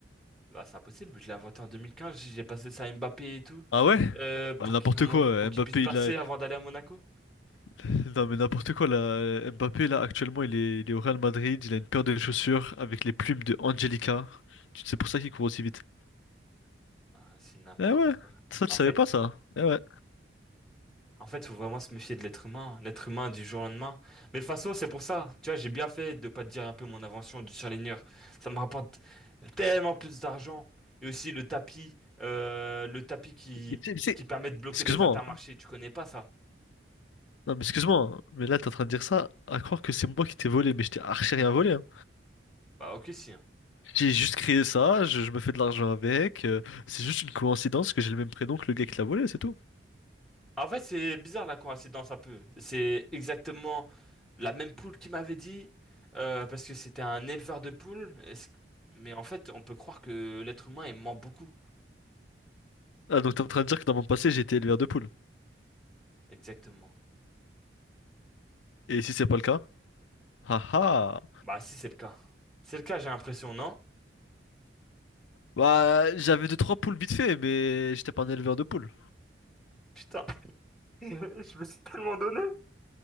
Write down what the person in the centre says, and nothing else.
Bah, c'est impossible, je l'ai inventé en 2015, j'ai passé ça à Mbappé et tout,
euh,
pour
qu'il commen-
pour qu'il
puisse percer
avant d'aller à Monaco.
Ah, c'est n'importe
quoi.
En
fait,
en fait, faut vraiment se méfier de l'être humain. hein, L'être humain du jour au lendemain. Mais de toute façon, c'est pour ça. Tu vois, j'ai bien fait de pas te dire un peu mon invention du Challenger. Ça me rapporte tellement plus d'argent. Et aussi le tapis, euh, le tapis qui,
qui permet de bloquer
les intermarchés.
Tu connais pas ça?
Bah, ok, si. hein.
Ah, En fait, c'est bizarre la coïncidence un peu. C'est exactement la même poule qui m'avait dit, euh, parce que c'était un éleveur de poules. Est-ce- Mais en fait, on peut croire que l'être humain est mort beaucoup.
Exactement.
Bah si c'est le cas. C'est le cas, j'ai l'impression, non?
Putain. <laughs> Je me suis tellement donné,